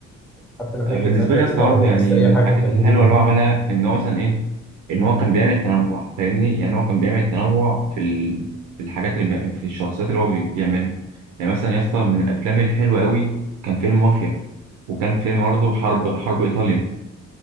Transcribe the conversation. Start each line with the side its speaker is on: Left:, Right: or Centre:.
Centre: حتى أنا فاكر
Right: أنا بالنسبة
Centre: ساعات
Right: لي
Centre: قال
Right: يا اسطى
Centre: لي لو
Right: برضه يعني
Centre: عايز أي
Right: من
Centre: حاجة
Right: الحاجات
Centre: كلمني
Right: الحلوة اللي
Centre: يعني
Right: هو عملها إن هو مثلا إيه إن هو كان بيعمل تنوع فاهمني يعني هو كان بيعمل تنوع في ال... في الحاجات اللي بي... في الشخصيات اللي هو بي- بيعملها يعني مثلا يا اسطى من الأفلام الحلوة أوي كان فيلم مافيا وكان فيلم برضه حرب حرب إيطاليا